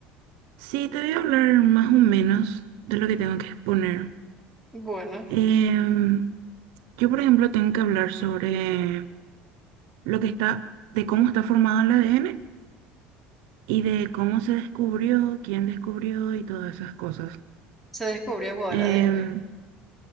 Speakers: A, on the right; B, in the centre.
A: sí, te voy a hablar más o menos de lo que tengo que exponer.
B: Bueno,
A: Em, yo, por ejemplo, tengo que hablar sobre lo que está, de cómo está formado el ADN y de cómo se descubrió, quién descubrió y todas esas cosas.
B: se descubrió igual
A: Em,
B: el ADN.